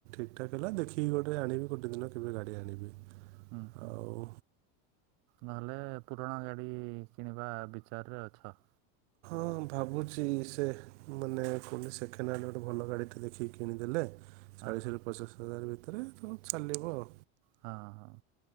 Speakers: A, on the right; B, on the right.
A: ଠିକ୍ ଠାକ୍ ହେଲା ଦେଖିକି ଗୋଟେ ଆଣି ଗଟେ ଦିନ କେବେ ଗାଡି ଆଣିବି।
B: ହୁଁ ହୁଁ
A: ଆଉ
B: ନହେଲେ ପୁରଣା ଗାଡି କିଣିବା ବିଚାରରେ ଅଛ।
A: ହଁ ଭାବୁଛି ସେ ମାନେ କହିଲି ସେଖେଣ୍ଡ୍ ଆଣ୍ଡ୍ ଗୋଟେ ଭଲ ଗାଡ଼ିଟେ ଦେଖିକି କିଣିଦେଲେ
B: ହଁ
A: ଚାଳିଶ
B: ହଁ
A: ରୁ ପସଶ୍ ହଜାର୍। ରେ ସବୁ ଚାଲିବ ଆଉ।
B: ହଁ ହଁ।